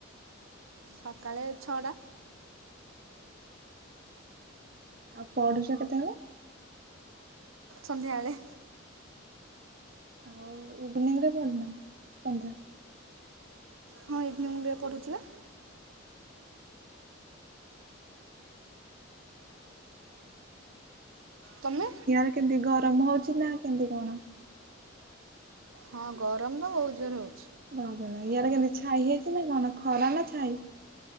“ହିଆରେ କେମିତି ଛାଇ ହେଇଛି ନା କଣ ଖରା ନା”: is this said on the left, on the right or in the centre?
Right